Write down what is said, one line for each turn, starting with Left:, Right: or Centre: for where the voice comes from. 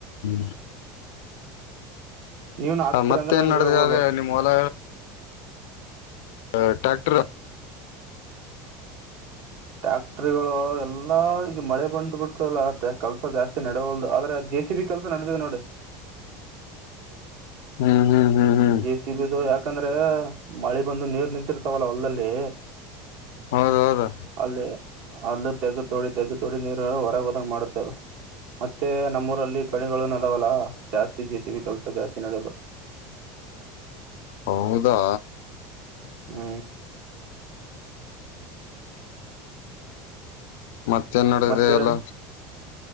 Left: ಹ
Right: ನೀವನು ಹಾಕ್ತೀರ
Left: ಹ ಮತ್ತ್
Right: ಅಂದ್ರೆ
Left: ಏನ್
Right: ನನ್ಗೆ
Left: ನಡ್ದಿದೆ
Right: ಹೇಳ್ಬೋದು
Left: ಅದೆ ನಿಮ್ಮ್ ಹೊಲ ಆ ಟ್ರ್ಯಾಕ್ಟರು.
Right: ಟ್ಯಾಕ್ಟ್ರಗಳು ಎಲ್ಲಾ ಈಗ ಮಳೆ ಬಂದ್ ಬಿಡ್ತಲ್ಲ ಕೆಲ್ಸ ಜಾಸ್ತಿ ನಡೆಯೊಲ್ದು ಆದ್ರೆ ಜೆ ಸಿವಿ ಕೆಲಸ ನಡೆದಿದೆ ನೋಡು.
Left: ಹ್ಮ್ ಹ್ಮ್ ಹ್ಮ್ ಹ್ಮ್
Right: ಜೆ ಸಿಬಿ ದು ಯಾಕಂದ್ರೆ ಮಳೆ ಬಂದು ನೀರ್ ನಿಂತಿರ್ತಾವಲ್ಲ ಹೊಲ್ದಲ್ಲೀ.
Left: ಹೌದ ಹೌದು
Right: ಅಲ್ಲಿ ಅಲ್ಲಿ ತೆಗ ತೊಡಿ ತೆಗ ತೊಡಿ ನೀರು ಹೊರಗೆ ಹೋದಂಗ ಮಾಡುತ್ತೆ ಅದು. ಮತ್ತೆ ನಮ್ಮೂರಲ್ಲಿ ಕಣಿಗಳುನು ಅದಾವಲ್ಲ ಜಾಸ್ತಿ ಜೆ ಸಿ ಬಿ ಕೆಲ್ಸ ಜಾಸ್ತಿ ನಡೋದು.
Left: ಹೌದಾ
Right: ಹ್ಮ
Left: ಮತ್ತೇನ್ ನಡದೆ
Right: ಮತ್ತೆ
Left: ಎಲ್ಲ.